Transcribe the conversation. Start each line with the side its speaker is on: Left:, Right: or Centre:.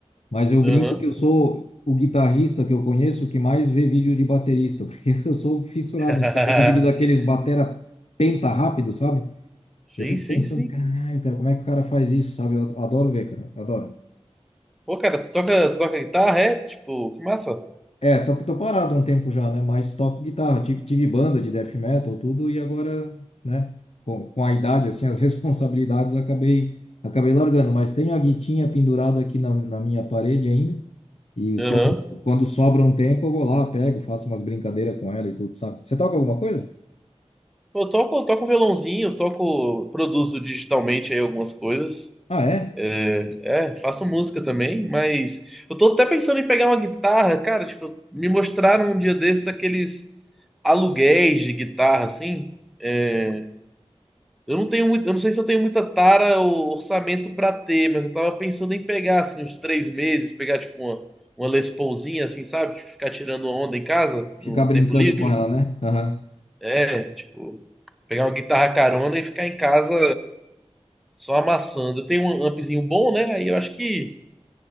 Left: Mas eu
Centre: Aham.
Left: brinco que eu sou o guitarrista que eu conheço que mais vê vídeo de baterista, <laughs> porque eu sou fissurado
Centre: <laughs>
Left: em ficar vendo vídeo daqueles batera penta rápido, sabe?
Centre: Sim,
Left: Eu fico
Centre: sim,
Left: pensando,
Centre: sim.
Left: caralho, cara, como é que o cara faz isso, sabe? Eu adoro ver, cara, adoro.
Centre: Pô, cara, tu toca, tu toca guitarra, é? Tipo, que massa.
Left: É, tô, tô parado há um tempo já, né? Mas toco guitarra. Tive, tive banda de death metal, tudo, e agora, né? Com, com a idade, assim, as <laughs> responsabilidades, acabei, acabei largando. Mas tenho a guitinha pendurada aqui na, na minha parede ainda. E
Centre: Aham.
Left: quando, quando sobra um tempo, eu vou lá, pego, faço umas brincadeiras com ela e tudo, sabe? Você toca alguma coisa?
Centre: Pô, Eu toco, eu toco violãozinho, eu toco, produzo digitalmente aí algumas coisas.
Left: Ah, é?
Centre: É, é, faço música também, mas eu tô até pensando em pegar uma guitarra, cara, tipo, me mostraram um dia desses aqueles aluguéis de guitarra, assim. É, eu não tenho muito, eu não sei se eu tenho muita tara ou orçamento pra ter, mas eu tava pensando em pegar, assim, uns três meses, pegar, tipo, uma, uma Les Paulzinha, assim, sabe? Tipo, ficar tirando onda em casa,
Left: Ficar
Centre: no
Left: brincando
Centre: tempo livre.
Left: com ela, né? Aham.
Centre: É, tipo, pegar uma guitarra carona e ficar em casa só amassando. Eu tenho um ampzinho bom, né? Aí eu acho que